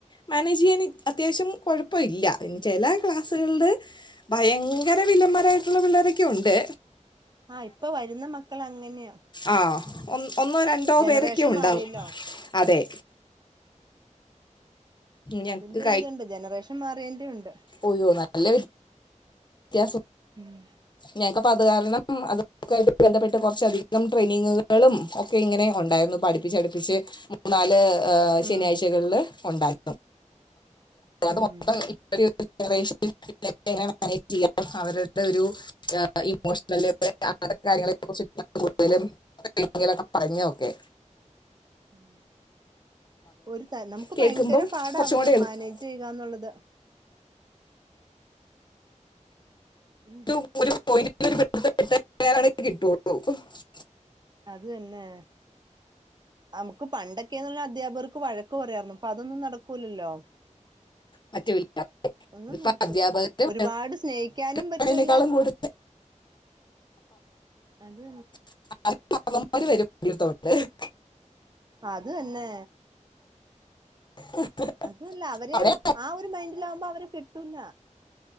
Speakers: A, on the left; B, on the right.
A: മാനേജ് ചെയ്യാൻ അത്യാവശ്യം കുഴപ്പമില്ല ഇനി ചില ക്ലാസ്സുകളുടെ ഭയങ്കര വിലമാരായിട്ടുള്ള പിള്ളേരൊക്കെ ഉണ്ട്
B: ആഹ് ഇപ്പൊ വരുന്ന മക്കൾ അങ്ങനെയാ
A: ആഹ് ഒ ഒന്നോ രണ്ടോ
B: ജനറേഷൻ
A: പേരൊക്കെയോ ഉണ്ടാവും
B: മാറിയല്ലോ
A: അതെ ഞങ്ങൾക്ക്
B: അതിന്റെ ഒരു ഇതുണ്ട് ജനറേഷൻ മാറിയന്റെ ഉണ്ട്
A: ഒയോ നല്ല വെ <unintelligible> വ്യത്യാസം
B: ഉം
A: ഞങ്ങക്കിപ്പ അത് കാരണം അതൊക്കായിട്ട് ബന്ധപ്പെട്ട് കുറച്ചധികം ട്രെയിനിങ്ങുകളും ക്കെ ഇങ്ങനെ ഉണ്ടായിരുന്നു. ഇപ്പം അടുപ്പിച്ച് അടുപ്പിച്ച് മൂന്നാല്
B: ഉം
A: ശനിയാഴ്ചകളില് ഉണ്ടായിരുന്നു
B: ഉം
A: അത് <inaudible> എങ്ങനെ മാനേജ് ചെയ്യാം. അവരുടെ ഒരു <inaudible> അങ്ങനെത്തെ കാര്യങ്ങൾ <unintelligible> കൂടുതലും <inaudible> പറഞ്ഞോക്കെ
B: ഉം ഒരു ത നമുക്ക്
A: കേൾക്കുമ്പം
B: ഭയങ്കര പാടാ
A: കുറച്ചും
B: അവരെ
A: കൂടെ എളുപ്പം
B: മാനേജ് ചെയ്യുകാന്നുള്ളത് ഉം
A: <unintelligible>
B: അത് തന്നെ നമുക്ക് പണ്ടൊക്കെന്ന് പറഞ്ഞ അധ്യാപകർക്ക് വഴക്ക് പറയാരുന്നു ഇപ്പൊ അതൊന്നും നടക്കൂലല്ലോ
A: മറ്റുമില്ല
B: ഒന്നും
A: ഇപ്പൊ
B: നടക്കൂല്ല
A: അധ്യാപകര്
B: ഒരുപാട് സ്നേഹിക്കാനും
A: പറയുന്നതിനേക്കാളും
B: പറ്റൂല്ല
A: കൂടുതൽ
B: അത്
A: <unintelligible>
B: അത് തന്നെ
A: <unintelligible>
B: അതുല്ല അവരെ
A: അവിടെ
B: ആഹ് ഒരു മൈൻഡിലാമ്പോ അവരെ കിട്ടൂല്ല